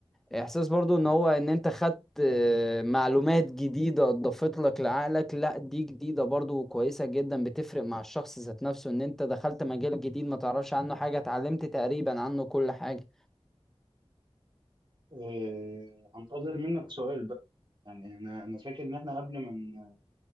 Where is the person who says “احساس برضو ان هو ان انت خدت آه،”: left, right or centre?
Centre